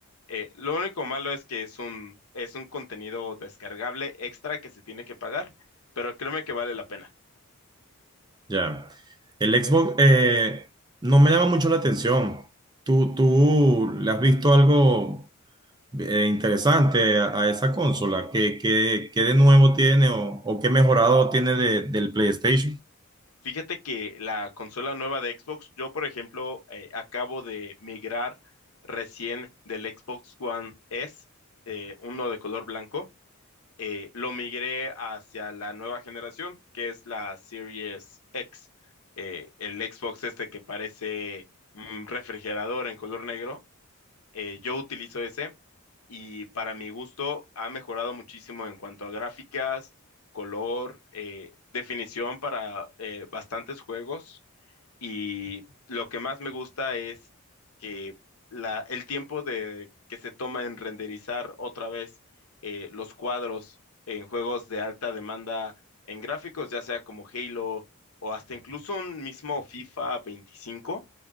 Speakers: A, on the left; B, on the right.
A: Eh, lo único malo es que es un, es un contenido descargable extra que se tiene que pagar, pero créeme que vale la pena.
B: Ya. El Xbox eh, no me llama mucho la atención. ¿Tú, tú le has visto algo eh, interesante a, a esa consola? ¿Qué, qué- qué de nuevo tiene o, o qué mejorado tiene de- del PlayStation?
A: Fíjate que la consola nueva de Xbox, yo por ejemplo eh, acabo de migrar recién del Xbox One S, eh, uno de color blanco, eh, lo migré hacia la nueva generación, que es la Series X, eh, el Xbox este que parece un refrigerador en color negro. Eh, yo utilizo ese y para mi gusto ha mejorado muchísimo en cuanto a gráficas, color, eh, definición para eh, bastantes juegos. Y lo que más me gusta es que la, el tiempo de, que se toma en renderizar otra vez eh, los cuadros en juegos de alta demanda en gráficos, ya sea como Halo o hasta incluso un mismo FIFA veinticinco